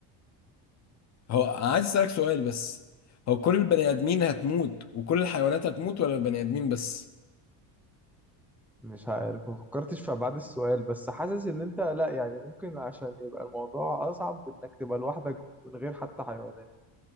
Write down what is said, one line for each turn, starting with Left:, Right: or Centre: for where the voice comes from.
Left: هو أنا عايز اسالك سؤال بس هو كل البني ادمين هتموت وكل الحيوانات هتموت ولا البني ادمين بس
Centre: مش عارف ما فكرتش في ابعاد السؤال بس حاسس ان انت لا يعني ممكن عشان يبقى الموضوع اصعب انك تبقى لوحدك من غير حتى حيوانات